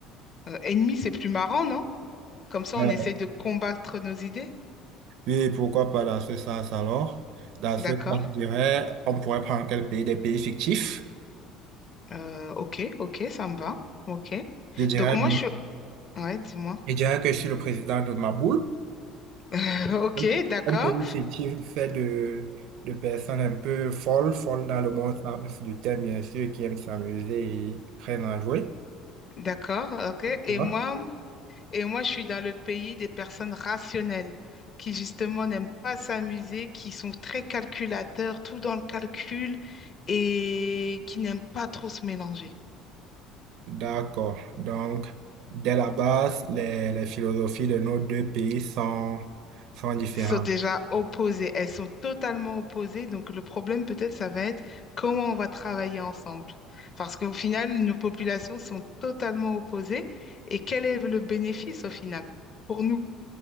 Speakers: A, on the left; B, on the right.
A: Euh, ennemi, c'est plus marrant, non? Comme ça,
B: Euh,
A: on essaye de combattre nos idées.
B: Oui, pourquoi pas dans ce sens alors? Dans
A: D'accord.
B: ce cas, je dirais, on pourrait prendre quel pays? Des pays fictifs.
A: Euh, ok, ok, ça me va. Ok.
B: Je dirais,
A: Donc moi, je suis... Ouais, dis-moi.
B: je dirais que je suis le président de ma boule.
A: <laughs> Ok,
B: Un
A: d'accord,
B: un pays fictif fait de, de personnes un peu folles, folles dans le bon sens du terme, bien sûr, qui aiment s'amuser et très enjouées.
A: d'accord, ok. Et
B: Voilà.
A: moi, et moi, je suis dans le pays des personnes rationnelles qui justement n'aiment pas s'amuser, qui sont très calculateurs, tout dans le calcul et qui n'aiment pas trop se mélanger.
B: D'accord. Donc, dès la base, les, les philosophies de nos deux pays sont, sont différentes.
A: sont déjà opposées. Elles sont totalement opposées. Donc, le problème, peut-être, ça va être comment on va travailler ensemble. Parce qu'au final, nos populations sont totalement opposées. Et quel est le bénéfice, au final, pour nous,